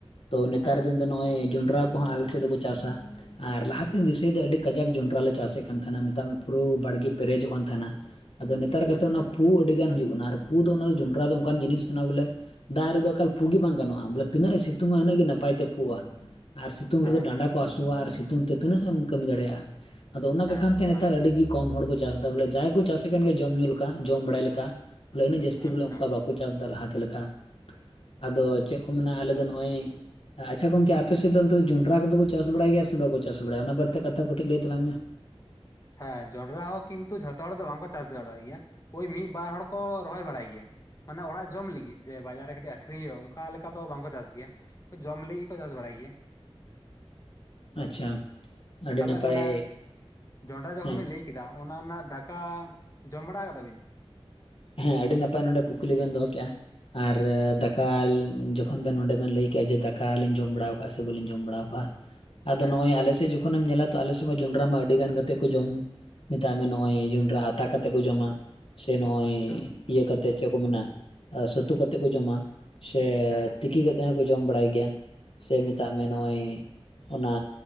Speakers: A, on the left (about 60°); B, on the left (about 35°).
A: ᱛᱚ ᱱᱮᱛᱟᱨ
B: ᱦᱮᱸ
A: ᱫᱤᱱ ᱫᱚ ᱱᱚᱜᱼᱚᱭ ᱡᱚᱸᱰᱨᱟ ᱠᱚᱦᱚᱸ ᱟᱞᱮᱥᱮᱫ ᱫᱚᱠᱚ ᱪᱟᱥᱟ᱾ ᱟᱨ ᱞᱟᱦᱟᱛᱮ ᱫᱤᱥᱟᱹᱭ ᱫᱚ ᱟᱹᱰᱤ ᱠᱟᱡᱟᱠ ᱡᱚᱸᱰᱨᱟ ᱞᱮ ᱪᱟᱥᱮᱫ ᱠᱟᱱ ᱛᱟᱦᱮᱱᱟ ᱢᱮᱛᱟᱜ ᱢᱮ ᱯᱩᱨᱟᱹ ᱵᱟᱲᱜᱮ ᱯᱮᱨᱮᱡᱚᱜ ᱠᱟᱱ ᱛᱟᱦᱮᱱᱟ᱾ ᱟᱫᱚ ᱱᱮᱛᱟᱨ ᱠᱟᱛᱮᱫ
B: ᱟᱪᱪᱷᱟ
A: ᱚᱱᱟ ᱯᱩ ᱟᱹᱰᱤ ᱜᱟᱱ ᱦᱩᱭᱩᱜ ᱠᱟᱱᱟ ᱟᱨ ᱯᱩ ᱫᱚ ᱚᱱᱟ ᱫᱚ ᱡᱚᱱᱰᱨᱟ ᱫᱚ ᱚᱱᱠᱟᱱ ᱡᱤᱱᱤᱥ ᱠᱟᱱᱟ ᱵᱚᱞᱮᱼᱼ ᱫᱟᱜ ᱨᱮᱫᱚ ᱮᱠᱟᱞ ᱯᱩᱜ ᱜᱮ ᱵᱟᱝ ᱜᱟᱱᱚᱜᱼᱟ ᱵᱚᱞᱮ ᱛᱤᱱᱟᱹᱜ ᱮ ᱥᱤᱛᱩᱝᱼᱟ ᱩᱱᱟᱹᱜ ᱜᱮ ᱱᱟᱯᱟᱭ ᱛᱮ ᱯᱩᱜᱼᱟ᱾ ᱟᱨ ᱥᱤᱛᱩᱝ
B: ᱦᱮᱸ
A: ᱨᱮᱫᱚ ᱰᱟᱸᱰᱟ
B: ᱦᱮᱸ
A: ᱠᱚ ᱦᱟᱹᱥᱩᱣᱟ ᱟᱨ ᱥᱤᱛᱩᱝ ᱛᱮ ᱛᱤᱱᱟᱹᱜ ᱮᱢ ᱠᱟᱹᱢᱤ ᱫᱟᱲᱮᱭᱟᱜᱼᱟ ᱟᱫᱚ ᱚᱱᱟ
B: ᱦᱮᱸ
A: ᱠᱚᱠᱷᱟᱱ ᱛᱮ
B: ᱚᱱᱟ
A: ᱱᱮᱛᱟᱨ
B: ᱜᱮᱛᱚ
A: ᱟᱹᱰᱤᱜᱤᱼᱼ ᱠᱚᱢ ᱦᱚᱲ ᱠᱚ ᱪᱟᱥ ᱮᱫᱟ ᱵᱚᱞᱮ ᱡᱟᱦᱟᱸᱭ ᱠᱚ ᱪᱟᱥᱮᱫ ᱠᱟᱱ ᱜᱮ ᱡᱚᱢ ᱧᱩ ᱞᱮᱠᱟ ᱡᱚᱢ ᱵᱟᱲᱟᱭ ᱞᱮᱠᱟ ᱵᱚᱞᱮ ᱩᱱᱟᱹᱜ ᱡᱟᱹᱥᱛᱤ ᱵᱚᱞᱮ
B: ᱟᱪᱪᱷᱟ
A: ᱚᱱᱠᱟ ᱵᱟᱠᱚᱼᱼ ᱫᱟᱨᱦᱟ ᱛᱮ ᱞᱮᱠᱟ ᱟᱫᱚ ᱪᱮᱫᱼᱼ ᱟᱞᱮ ᱫᱚ ᱱᱚᱜᱚᱭ ᱟᱪᱪᱷᱟ ᱜᱚᱝᱠᱮ ᱟᱯᱮᱥᱮᱫ ᱫᱚ ᱡᱚᱱᱰᱚᱨᱟ ᱠᱚᱫᱚ ᱠᱚ ᱪᱟᱥ ᱵᱟᱲᱟᱭ ᱜᱮᱭᱟ ᱥᱮ ᱵᱟᱠᱚ ᱪᱟᱼᱼ ᱪᱟᱥ ᱵᱟᱲᱟᱭ ᱚᱱᱟ ᱵᱟᱨᱛᱮ ᱠᱟᱛᱷᱟ ᱠᱚᱴᱤᱡ ᱞᱟᱹᱭ ᱛᱟᱞᱟᱝ ᱢᱮ?
B: ᱦᱮᱸ ᱡᱚᱱᱰᱨᱟ ᱦᱚᱸ ᱠᱤᱱᱛᱩ ᱡᱷᱚᱛᱚ ᱦᱚᱲ ᱫᱚ ᱵᱟᱝᱠᱚ ᱪᱟᱥ ᱜᱟᱲᱚᱜᱮᱭᱟ᱾ ᱳᱭ ᱢᱤᱫ ᱵᱟᱨ ᱦᱚᱲ ᱠᱚ ᱨᱚᱦᱚᱭ ᱵᱟᱲᱟᱭ ᱜᱮᱭᱟ᱾ ᱢᱟᱱᱮ ᱚᱲᱟᱜ ᱡᱚᱢ ᱞᱤᱜᱤᱫ ᱡᱮ ᱵᱟᱡᱟᱨ ᱨᱮ ᱠᱟᱹᱴᱤᱡ ᱟᱠᱷᱨᱤᱧ ᱦᱩᱭᱩᱜᱼᱟ ᱚᱱᱠᱟ ᱞᱮᱠᱟ ᱫᱚ ᱵᱟᱝᱠᱚ ᱪᱟᱥ ᱜᱮᱭᱟ᱾ ᱡᱚᱢ ᱞᱤᱜᱤᱫ ᱠᱚ ᱪᱟᱥ ᱵᱟᱲᱟᱭ ᱜᱮᱭᱟ
A: ᱟᱪᱪᱷᱟ ᱟᱹᱰᱤ
B: ᱛᱟᱦᱚᱞᱮ
A: ᱱᱟᱯᱟᱭ
B: ᱢᱟᱱᱮ ᱡᱚᱱᱰᱨᱟ ᱡᱚᱠᱷᱚᱱ
A: ᱦᱮᱸ
B: ᱵᱤᱱ ᱞᱟᱹᱭ ᱠᱮᱫᱟ ᱚᱱᱟ ᱨᱮᱱᱟᱜ ᱫᱟᱠᱟ ᱡᱚᱢ ᱵᱟᱲᱟ ᱟᱠᱟᱫᱟ ᱵᱤᱱ?
A: ᱦᱮᱸ ᱟᱹᱰᱤ ᱱᱟᱯᱟᱭ ᱱᱚᱰᱮ ᱠᱩᱠᱞᱤ ᱵᱮᱱ ᱫᱚᱦᱚ ᱠᱮᱼᱟ ᱟᱨ ᱫᱟᱠᱟ ᱡᱚᱠᱷᱚᱼᱼ ᱛᱚᱠᱷᱚᱱ ᱫᱚ ᱱᱚᱰᱮ ᱵᱮᱱ ᱞᱟᱹᱭ ᱠᱮᱜᱼᱟ ᱡᱮ ᱫᱟᱠᱟᱞᱤᱧ ᱡᱚᱢ ᱵᱟᱲᱟᱣ ᱠᱟᱜᱼᱟ ᱥᱮ ᱵᱟᱹᱞᱤᱧ ᱡᱚᱢ ᱵᱟᱲᱟᱣ ᱠᱟᱜᱼᱟ᱾ ᱟᱫᱚ
B: ᱦᱮᱸ
A: ᱱᱚᱜ ᱚᱭ ᱟᱞᱮ ᱥᱮᱫ ᱡᱚᱠᱷᱚᱱ ᱮᱢ ᱧᱮᱞᱟᱫᱼᱼ ᱛᱚ ᱟᱞᱮᱥᱮᱫ ᱢᱟ ᱡᱚᱸᱰᱨᱟ ᱢᱟ ᱟᱹᱰᱤ ᱜᱟᱱ ᱠᱟᱛᱮᱫ ᱠᱚ ᱡᱚᱢ ᱢᱮᱛᱟᱜ ᱢᱮ ᱱᱚᱜ ᱚᱭ ᱡᱚᱸᱰᱨᱟ ᱟᱛᱟ ᱠᱟᱛᱮᱫ ᱠᱚ ᱡᱚᱢᱟ᱾ ᱥᱮ ᱱᱚᱜᱼᱚᱭᱼᱼ
B: ᱟᱪᱪᱷᱟ
A: ᱤᱭᱟᱹ ᱠᱟᱛᱮᱫ ᱪᱮᱫ ᱠᱚ ᱢᱮᱱᱟ ᱥᱟᱹᱛᱩ ᱠᱟᱛᱮᱫ ᱠᱚ ᱡᱚᱢᱟ ᱥᱮ
B: ᱦᱮᱸ
A: ᱛᱤᱠᱤ ᱠᱟᱛᱮᱫᱼᱼ ᱛᱮ ᱠᱚ ᱡᱚᱢ ᱵᱟᱲᱟᱭ ᱜᱮᱭᱟ ᱥᱮ ᱢᱮᱛᱟᱜ
B: ᱟᱪᱪᱷᱟ
A: ᱢᱮ ᱱᱚᱜᱚᱭ ᱚᱱᱟ